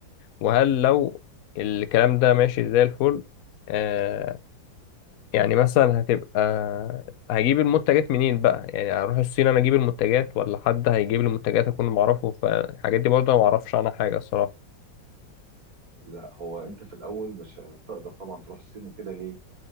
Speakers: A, on the left; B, on the right.
A: وهل لو الكلام ده ماشي زي الفل آه يعني مثلا هتبقى هجيب المنتجات منين بقى يعني هروح الصين انا اجيب المنتجات ولا حد هيجيب لي المنتجات اكون معرفه فالحاجات دي برضه ما اعرفش عنها حاجه الصراحه
B: لا هو انت في الاول مش هتقدر طبعا تروح الصين وكده ليه